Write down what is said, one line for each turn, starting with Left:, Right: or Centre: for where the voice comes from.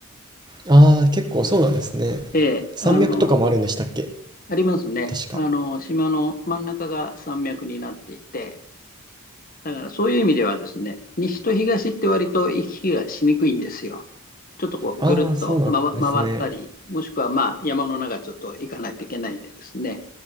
Right: ああ、結構そうなんですね。
Left: ええ、
Right: 山脈とかもあるんでしたっけ
Left: あの、ありますね。
Right: 確か。
Left: あの、島の真ん中が山脈になっていて、だからそういう意味ではですね、西と東って割と行き来がしにくいんですよ。ちょっとこうぐるっと回回ったり、
Right: ああ、そうなんですね。
Left: もしくはまあ山の中ずっと行かないといけないんでですね。